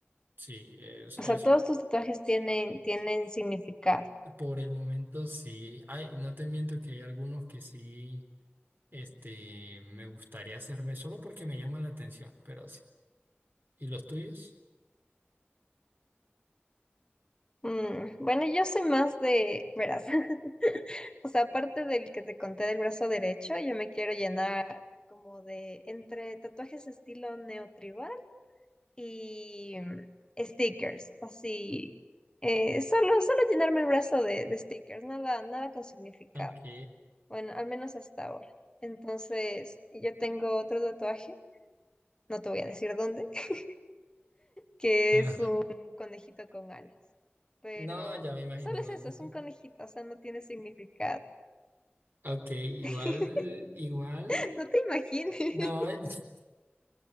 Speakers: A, on the right; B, on the left.
A: Sí, es- eso,
B: O sea, todos tus tatuajes tienen, tienen significado.
A: Por el momento sí, hay, no te miento que hay algunos que sí, este, me gustaría hacerme solo porque me llaman la atención, pero sí. ¿Y los tuyos?
B: Mm, bueno, yo soy más de, verás, <laughs> o sea, aparte del que te conté del brazo derecho, yo me quiero llenar como de entre tatuajes estilo neotribal y mm, stickers, así. eh, solo, solo llenarme el brazo de, de stickers, nada, nada con significado.
A: Ok.
B: Bueno, al menos hasta ahora. Entonces, yo tengo otro tatuaje, no te voy a decir dónde, <laughs> que
A: Ah,
B: es un conejito con alas. Pero
A: no, ya me imagino
B: solo
A: dónde.
B: es eso, es un conejito, o sea, no tiene significado.
A: Ok, igual,
B: <laughs>
A: igual,
B: No te imagines.
A: no,
B: <laughs>
A: <laughs>